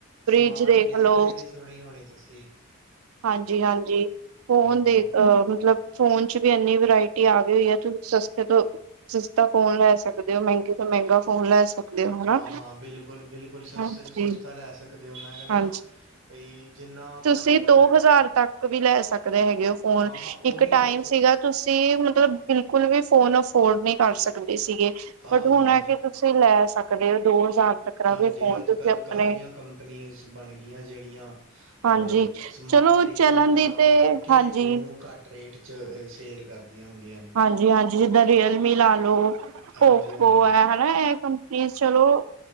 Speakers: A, on the right (about 85°); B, on the right (about 70°).
A: ਫਰਿਜ
B: ਸਮਾਰਟ
A: ਦੇਖ
B: ਡਿਸਪਲੇ
A: ਲਓ
B: ਵੀ ਸੁਨੀ ਹੋਣੀ ਤੁਸੀਂ।
A: ਹਾਂਜੀ -ਹਾਂਜੀ ਫੋਨ
B: ਹਾਂ
A: ਦੇ ਅ ਮਤਲਬ ਫੋਨ ਵੀ ਏਨੀ ਵਰਾਇਟੀ ਤੇ ਆ ਗਈ ਐ ਤੁਸੀਂ ਸਸਤੇ ਤੋਂ ਸਸਤਾ ਫੋਨ ਲੈ ਸਕਦੇ ਹੋ ਮਹਿੰਗੇ ਮਹਿੰਗਾ ਫੋਨ ਲੈ ਸਕਦੇ ਹੋ ਹਨਾ,
B: ਹਾਂ ਹਾਂ ਬਿਲਕੁਲ ਬਿਲਕੁਲ ਸਸਤੇ
A: ਹਾਂਜੀ
B: ਤੋਂ ਸਸਤਾ
A: -
B: ਲੈ ਸਕਦੇ ਹੋ ਮੈਂ ਕਹਿੰਦਾ
A: ਹਾਂਜੀ। <inaudible>
B: ਬਈ ਜਿੰਨਾ
A: ਤੁਸੀਂ
B: ਤੁਹਾਡਾ ਬਜਟ
A: ਦੋ ਹਜ਼ਾਰ
B: ਆ
A: ਤੱਕ ਵੀ ਲੈ ਸਕਦੇ ਹੈਗੇ ਹੋ ਫੋਨ,
B: ਹਾਂ ਹਾਂ
A: ਇੱਕ
B: ਉਹੀ
A: ਟਾਈਮ
B: ਬਜਟ
A: ਸੀਗਾ ਤੁਸੀਂ ਮਤਲਬ ਬਿਲਕੁਲ ਵੀ ਫੋਨ ਅਫੋਰਡ ਨਹੀਂ ਕਰ ਸਕਦੇ ਸੀਗੇ,
B: ਹਾਂ
A: ਬਟ ਹੁਣ
B: ਹਾਂ
A: ਐ ਆ ਕਿ ਤੁਸੀਂ ਲੈ ਸਕਦੇ ਹੋ ਦੋ ਹਜ਼ਾਰ ਤੱਕਰਾ
B: ਹਾਂਜੀ
A: ਵੀ ਫੋਨ
B: ਅੱਜ-
A: ਤੁਸੀਂ
B: ਕੱਲ
A: ਆਪਣੇ
B: ਕਾਫੀਆਂ ਕੰਪਨੀਜ਼ ਬਣ ਗਈਆਂ ਜਿਹੜੀਆਂ
A: ਹਾਂਜੀ
B: ਅ ਸਮਾਰਟ
A: ਚਲੋ
B: ਤਰੀਕੇ
A: ਚੱਲਣ
B: ਨਾਲ
A: ਦੀ
B: ਕੰਮ
A: ਤੇ
B: ਕਰਕੇ
A: ਹਾਂਜੀ
B: ਓਨੂੰ ਘੱਟ ਰੇਟ ਚ ਸੇਲ ਕਰ ਦੀਆਂ ਹੁੰਦੀਆਂ। ਨੇ
A: ਹਾਂਜੀ -ਹਾਂਜੀ ਜਿੱਦਾਂ ਰੀਅਲਮੀ ਲਾ ਲਓ,
B: ਹਾਂਜੀ
A: ਓ
B: ਹਾਂਜੀ
A: ਪੋ ਐ ਐ ਕੰਪਨੀਸ ਚਲੋ